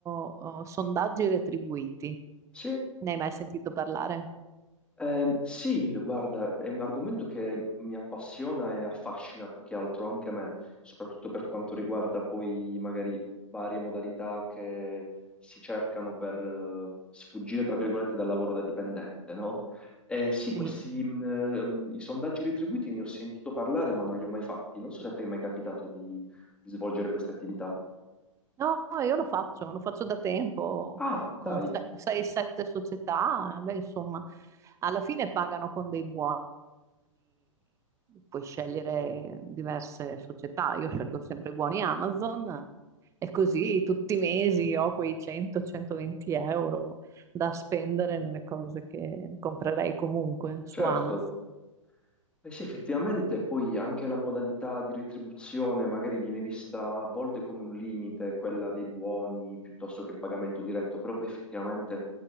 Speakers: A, on the right; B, in the centre.
A: oh, sondaggi retribuiti.
B: sì.
A: Ne hai mai sentito parlare?
B: Eh, sì, le- guarda, è un argomento che mi appassiona e affascina più che altro anche me, soprattutto per quanto riguarda poi magari varie modalità che si cercano per eh, sfuggire, tra virgolette, dal lavoro da dipendente, no? Eh, sì, questi
A: Sì,
B: mh, ehm, i sondaggi retribuiti ne ho sentito parlare, ma non li ho mai fatti. Non so se a te è mai capitato di, di svolgere queste attività.
A: No, io lo faccio, lo faccio da tempo
B: Ah,
A: con
B: dai,
A: 6-7 società, eh, beh, insomma, alla fine pagano con dei buoni, puoi scegliere diverse società, io scelgo sempre i buoni Amazon e così tutti i mesi ho quei 100-120 euro da spendere nelle cose che comprerei comunque su
B: certo.
A: Amazon.
B: Eh sì, effettivamente poi anche la modalità di retribuzione magari viene vista a volte come un limite, quella dei buoni piuttosto che il pagamento diretto, però poi effettivamente